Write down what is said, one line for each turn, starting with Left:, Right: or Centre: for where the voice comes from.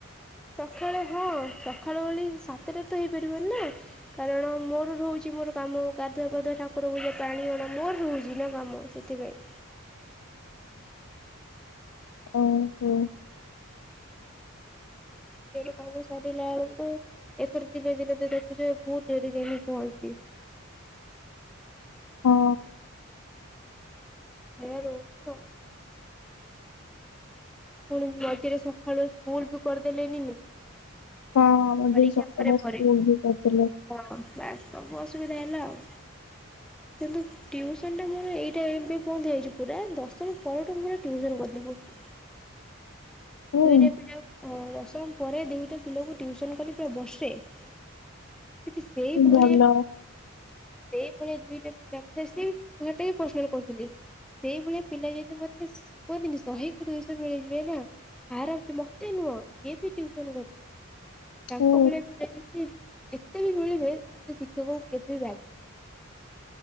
Centre: ସକାଳେ ହଁ ସକାଳ ଓଳି ସାତଟା ତ ହେଇପାରିବନି ନା କାରଣ ମୋର ରହୁଛି ମୋର କାମ ଗାଧୁଆ ପାାଧୁଆ ଠାକୁରକୁ ପୂଜା ପାଣି ଅଣା ମୋର ରହୁଛି ନା କାମ ସେଥିପାଇଁ।
Left: ଓହୋ।
Centre: ନିଜ ଲୋକ ଙ୍କ କାମ ଷ୍ଟାର୍ଟ ହେଲା ବେଳକୁ ଏଥର ଧିରେ ଧିରେ ଧୀରେ ଧୀରେ ବହୁତ ଡେରି ଯାଏଁ ମୁଁ ବଢୁଚି।
Left: ହଁ।
Centre: ସେଇଆ ରହୁଚି ଆଉ। ପୁଣି ମଝିରେ ସକାଳୁଆ ସ୍କୁଲ ବି କରିଦେଲେନି ନା?
Left: ହଁ ମଝିରେ
Centre: ପରୀକ୍ଷା
Left: ସକାଳେ
Centre: ପରେ ପରେ
Left: ସ୍କୁଲ ବି କରିଥିଲେ।
Centre: ହଁ ବାସ୍ ସବୁ ଅସୁବିଧା ହେଲା ଆଉ କିନ୍ତୁ ଟିଉସନ୍ ଟା ମୋର ଏଇଟା ଏବେ ବନ୍ଦ ହେଇଯାଇଚି ପୁରା ଦଶମ ପରଠୁ ପୁରା ମୁଁ ଟିଉସନ୍ କରୁଥିଲି ବୋହୁତ।
Left: ହୁଁ
Centre: ଦୁଇଟା ପିଲା ଅ ଦଶମ ପରେ ଦୁଇଟା ପିଲାକୁ ଟଟିଉସନ କଲି ପୁରା ବର୍ଷେ। କିନ୍ତୁ ସେଇଭଳିଆ
Left: ଭଲ
Centre: ସେଇ ଭଳିଆ ଦୁଇଟା ପିଲା ସିଏ ବି ସେଟା ବି ପର୍ଶନାଲ କରୁଥିଲି ସେଇଭଳିଆ ପିଲା ଯଦି ମତେ କୁହନ୍ତିନି ଶହେ କି ଦୁଇଶହ ମିଳିଯିବେ ନା। ଆରମସେ ମତେ ନୁହଁ ଇଏ ବି ଟୁଉସନ କରୁ ତାଙ୍କ
Left: ହୁଁ
Centre: ଭଳିଆ ପିଲା ଯଦି ଯେତେ ବି ମିଳିବେ ସେ ଶିକ୍ଷକଙ୍କୁ କେବେ ବି ବାଧି